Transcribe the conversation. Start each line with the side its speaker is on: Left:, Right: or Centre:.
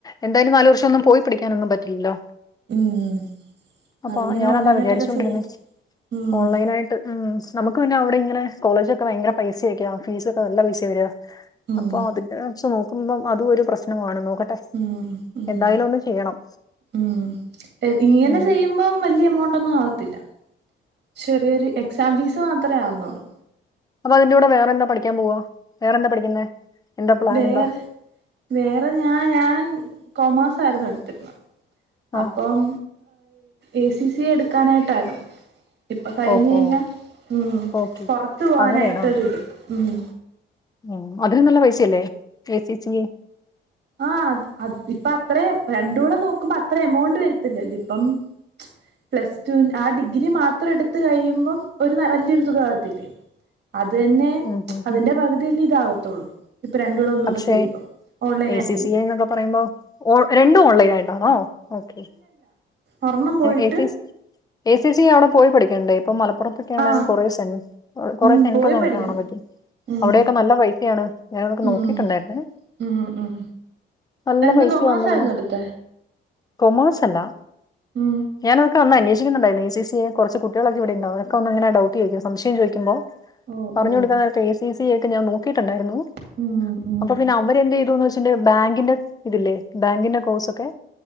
Left: എന്തായാലും നാല് വർഷൊന്നും പോയി പഠിക്കാനൊന്നും പറ്റില്ലല്ലോ.
Right: ഉം
Left: അപ്പൊ
Right: അതിങ്ങനെ
Left: ഞാനതാ
Right: ഓൺലൈനായിട്ടൊക്കെ
Left: വിചാരിച്ചോണ്ടിരുന്നെ
Right: ചെയ്യാം ഉം
Left: ഓൺലൈനായിട്ട്. ഉം നമുക്ക് പിന്നെ അവിടെ ഇങ്ങനെ കോളേജൊക്കെ ഭയങ്കര പൈസയൊക്കെയാവും ഫീസൊക്കെ നല്ല പൈസയാ വരാ.
Right: ഉം
Left: അപ്പൊ അതിന്റെ വച്ച് നോക്കുമ്പം അതും ഒരു പ്രശ്നമാണ് നോക്കട്ടെ.
Right: ഉം ഉം
Left: എന്തായാലും ഒന്ന് ചെയ്യണം
Right: ഉം ഇങ്ങനെ
Left: ഉം
Right: ചെയ്യു മ്പം വല്ല്യെ എമൗണ്ടൊന്നും ആവത്തില്ല ചെറിയൊരു എക്സാം ഫീസ് മാത്രേ ആവുന്നൊള്ളൂ.
Left: അപ്പൊ അതിന്റെകൂടെ വേറെന്താ പഠിക്കാൻ പോവാ വേറെന്താ പഠിക്കുന്നേ. എന്താ പ്ലാൻ
Right: വേറെ
Left: എന്താ
Right: വേറെ ഞാൻ ഞാൻ കോമേഴ്സ് ആയിരുന്നു എടുത്തിരുന്നെ.
Left: ആ
Right: അപ്പം എ സി സിഎ എടുക്കാനായിട്ടായിരുന്നു. ഇപ്പ കഴിഞ്ഞയിഞ്ഞാ
Left: ഓഹോ
Right: ഉം
Left: ഓക്കെ
Right: പൊറത്ത് പോവാനായിട്ടൊരിത്
Left: അങ്ങനെയാണോ
Right: ഉം.
Left: ഉം അതിനും നല്ല പൈസയല്ലേ എ സി സിഎ.
Right: ആഹ് അഹ് അഹ് ഇപ്പ അത്രേം രണ്ടൂടെ നോക്കുമ്പോ അത്ര എമൗണ്ട് വരത്തില്ലല്ലേ ഇപ്പം ച പ്ലസ്ടൂന് ആ ഡിഗ്രി മാത്രം എടുത്ത് കയ്യുമ്പം ഒരു വല്ല്യെരു തുകാവത്തില്ലെ. അത് തന്നെ
Left: ഉം
Right: ച്
Left: ഉം
Right: അതിന്റെ
Left: ഉം.
Right: പകുതിയല്ലേ ഇതാവത്തൊള്ളൂ. ഇപ്പൊ രണ്ടൂടെ ഒന്നൂടെ
Left: പക്ഷേ
Right: ചെയ്യുമ്പോ ഓൺലൈനായി
Left: എ സി സി എ ന്നൊക്കെ പറയുമ്പോ ഓ രണ്ടും ഓൺലൈനായിട്ടാണൊ ഓക്കെ.
Right: ഒറെണ്ണം പോയിട്ട്.
Left: എ സി എ സി സിഎ അവിടെ പോയി പഠിക്കേണ്ടേ. ഇപ്പം മലപ്പുറത്തൊക്കെ ആണേലും
Right: ആ
Left: കൊറേ സെ കൊററെ
Right: ഉം
Left: സെന്റർ
Right: പോയി
Left: നമുക്ക്
Right: പഠിക്കണം
Left: കാണാപറ്റും.
Right: ഉം
Left: അവിടെയൊക്കെ നല്ല പൈസയാണ് ഞാനതൊക്കെ നോക്കി
Right: ഉം
Left: ട്ടുണ്ടായിരുന്നേ
Right: ഉം ഉം
Left: നല്ല
Right: എന്ത്
Left: പൈസയാവുന്നുണ്ടല്ലോ.
Right: കൊമേഴ്സ് ആയിരുന്നു എടുത്തെ
Left: കൊമേസല്ലാ.
Right: ഉം
Left: ഞാനതൊക്കഅന്ന് അന്വേഷിക്കുന്നുണ്ടാരുന്നു എ സി സി എ കൊറച്ച് കുട്ടികളൊക്കെ ഇവിടെണ്ടാകും എക്കവന്നിങ്ങനെ ഡൗട്ട് ചോദിക്കും സംശം ചോയിക്കുമ്പോ
Right: ഓ
Left: പറഞ്ഞുകൊടുക്കാ
Right: ഓ
Left: നേരത്ത് ഏ സി സി എ ക്ക ഞാൻ നോക്കിട്ടുണ്ടാരുന്നു
Right: ഉം ഉം
Left: അപ്പൊ പിന്നെ അവരെന്ത്‌ ചെയ്തുന്ന് വെച്ചിണ്ടെ ബാങ്കിന്റെ ഇതില്ലേ ബാങ്കിന്റെ കോഴ്സ് ഒക്കെ